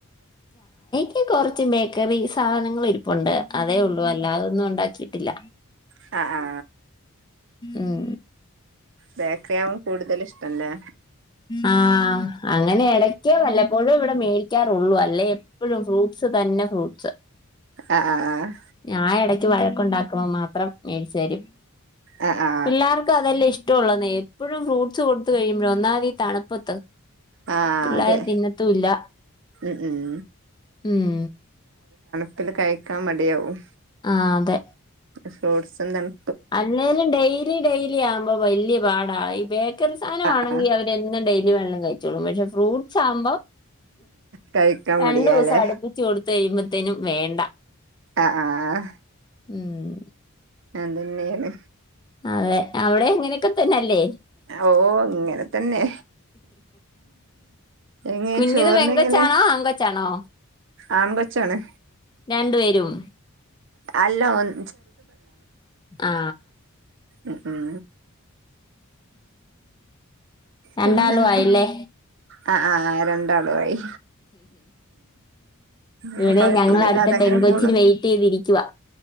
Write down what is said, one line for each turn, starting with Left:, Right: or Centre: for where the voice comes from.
Left: ഈ കൊറച്ച് ബേക്കറി സാധനങ്ങള് ഇരിപ്പുണ്ട് അതേ ഉള്ളൂ അല്ലാതൊന്നും ഉണ്ടാക്കിയി - ഇല്ല
Right: അ ആ
Left: ഉം
Right: ബേക്കറിയാവും കൂടുതല് ഇഷ്ടല്ലേ
Left: ആ അങ്ങനെ ഇടക്കേ വല്ലപ്പോഴു ഇവിടെ മേടിക്കാറുള്ളൂ അല്ലേ എപ്പഴും ഫ്രൂട്ട്സ് തന്നെ ഫ്രൂട്ട്സ്
Right: ആഹ് ആഹ് ആഹ്
Left: ഞാ ഇടയ്ക്ക് വഴക്കുണ്ടാക്കുമ്പോ മാത്രം മേടിച്ചരും.
Right: ആ ആ
Left: പിള്ളാർക്കു അതല്ലേ ഇഷ് ടോള്ളോന്നേ എപ്പോഴും ഫ്രൂട്ട്സ് കൊടുത്ത് കഴിയുമ്പഴ് ഒന്നാത് ഈ തണുപ്പത്ത്
Right: ആ
Left: പിള്ളേര്
Right: അതെ
Left: തിന്നത്തൂ ഇല്ല.
Right: ഉം ഉം
Left: ഉം
Right: പ്പില് കഴിക്കാൻ മടിയാവും.
Left: ആ അതെ
Right: ഫ്രൂട്ട്സ് എന്താണ്?
Left: അല്ലേലും ഡെയ്‌ലി ഡെയിലിയാ വുമ്പോ വല്ല്യ പാടാ. ഈ ബേക് കറി സാധാനാണെങ്കി
Right: ആ ആ
Left: അവരെന്നും ഡെയ്‌ ലി വെല്ലോം കയി ച്ചോളും. പക്ഷെ ഫ്രൂട്ട്സ് ആവുമ്പം
Right: കഴിക്കാൻ
Left: രണ്ടു
Right: മടിയാല്ലേ
Left: ദിവസം അടുപ്പിച്ച് കൊടുത്ത് <unintelligible> ത്തേനും വേണ്ട.
Right: ആ ആ ആ
Left: ഉം
Right: അതന്നെയാണ്.
Left: അതെ അവിടെ അങ്ങനെയൊക്കെ തന്നല്ലേ?
Right: ഓ ഇങ്ങനെ തന്നെ. എങ്ങനെ
Left: കുഞ്ഞിത്
Right: ചോറിന്
Left: പെങ്കൊച്ചാണോ
Right: എങ്ങനെയാ?
Left: ആങ്കൊച്ചാണോ?
Right: ആൺ കൊച്ചാണ്.
Left: രണ്ടു പേരും
Right: അല്ല ഒന്
Left: ആ
Right: ഉം ഉം
Left: രണ്ടാളും
Right: പിന്നെന്താ
Left: ആയില്ലേ?
Right: ആ ആ രണ്ടാളും ആയി.
Left: ഇവിടെ
Right: കൊഴപ്പൊന്നില്ലാതങ്ങനെ
Left: ഞങ്ങൾ അടുത്ത പെങ്കൊച്ചിന്
Right: പോണു.
Left: വെയിറ്റ് ചെയ്തിരിക്കുവാ.